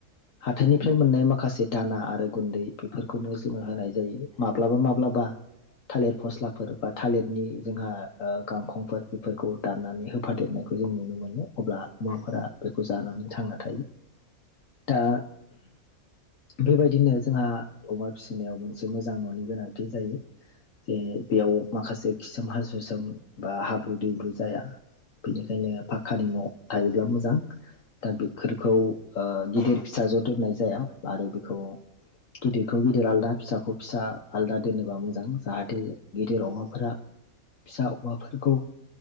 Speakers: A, on the left; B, on the left.
A: हाथाइनिफ्राय मोननाय माखासे दाना आरो गुन्दै बेफोरखौनो जोङो होनाय जायो माब्लाबा माब्लाबा थालिर फस्लाफोर बा थालिरनि जोंहा गांखंफोर बेफोरखौ दाननानै होफादेरनायखौ जों नुनो मोनो अब्ला अमाफोरा
B: उम
A: बेखौ जानानै थांना थायो। दा बेबायदिनो जोंहा अमा फिसिनायाव मोनसे मोजां न'नि गोनांथि जायो। जे बेयाव माखासे खिसोम हासु सोम बा हाब्रु दैब्रु जाया बेनिखायनो पाखक्कानि न' थायोब्ला मोजां दा बेफोरखौ
B: उम
A: गिदिर फिसा ज' दोननाय जाया आरो बेखौ गिदिरखौ गिदिर आलादा फिसाखौ फिसा आलादा दोनोबा मोजां जाहाथे गिदिर अमाफोरा
B: औ
A: फिसा औवाफोरखौ